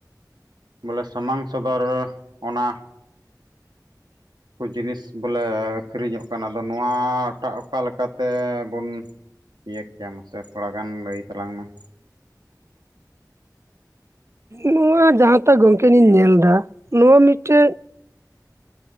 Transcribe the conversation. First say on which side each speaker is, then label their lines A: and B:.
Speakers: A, on the right; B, on the right.
A: ᱵᱚᱞᱮ ᱥᱟᱢᱟᱝ ᱥᱚᱫᱚᱨ ᱚᱱᱟ ᱠᱚ ᱡᱤᱱᱤᱥ ᱵᱚᱞᱮ ᱟᱹᱠᱷᱨᱤᱧᱚᱜ ᱠᱟᱱᱟ ᱟᱫᱚ ᱱᱚᱣᱟᱴᱟᱜ ᱚᱠᱟ ᱞᱮᱠᱟ ᱛᱮᱵᱚᱱ ᱤᱭᱟᱹ ᱠᱮᱭᱟ ᱢᱟᱥᱮ ᱛᱷᱚᱲᱟ ᱜᱟᱱ ᱞᱟᱹᱭ ᱛᱟᱞᱟᱝ ᱢᱮ ᱾
B: ᱱᱚᱣᱟ ᱡᱟᱦᱟᱸ ᱴᱟᱜ ᱜᱚᱝᱠᱮ ᱞᱤᱧ ᱧᱮᱞ ᱫᱟ ᱱᱚᱣᱟ ᱢᱤᱫᱴᱮᱡ